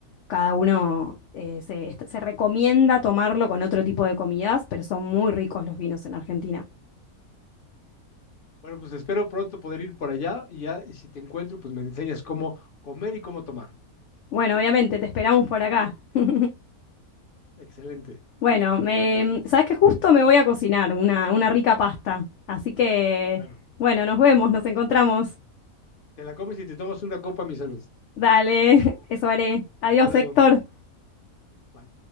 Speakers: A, on the left; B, on the left.
A: Cada uno eh, se, est- se recomienda tomarlo con otro tipo de comidas, pero son muy ricos los vinos en Argentina.
B: Bueno, pues espero pronto poder ir por allá y ya y si te encuentro, pues me enseñas cómo comer y cómo tomar.
A: Bueno, obviamente, te esperamos por acá. <laughs>
B: Excelente.
A: Bueno, me, em, sabes que justo me voy a cocinar una, una rica pasta. Así que,
B: Bueno,
A: bueno, nos vemos, nos encontramos.
B: te la comes y te tomas una copa, mi salud.
A: Dale, <laughs> eso haré. Adiós,
B: Hasta luego.
A: Héctor.
B: Bye.